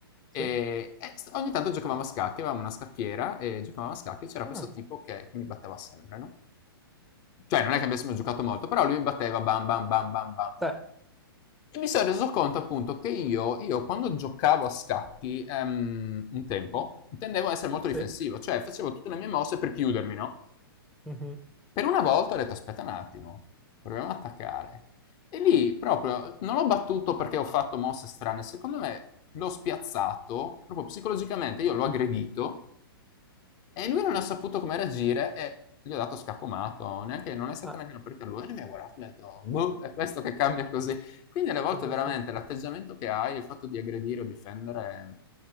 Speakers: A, in the centre; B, on the left.
A: sì.
B: E, e st- ogni tanto giocavamo a scacchi, avevamo una scacchiera e giocavamo a scacchi. C'era
A: Ah,
B: questo tipo che, che mi batteva sempre, no? Cioè, non è che avessimo giocato molto, però lui mi batteva bam bam bam bam bam.
A: sì,
B: E mi sono reso conto appunto che io, io quando giocavo a scacchi ehm, un tempo tendevo a essere molto
A: sì.
B: difensivo, cioè facevo tutte le mie mosse per chiudermi, no?
A: Mhm.
B: Per una volta ho detto aspetta un attimo, proviamo ad attaccare. E lì proprio non l'ho battuto perché ho fatto mosse strane, secondo me l'ho spiazzato proprio psicologicamente, io l'ho aggredito e lui non ha saputo come reagire e gli ho dato scacomato, neanche, non è stata
A: Ah,
B: neanche una partita a lui, e lui mi ha guardato e mi ha detto, boh, è questo che cambia così. Quindi alle volte
A: sì,
B: veramente
A: sì, sì.
B: l'atteggiamento che hai, il fatto di aggredire o difendere,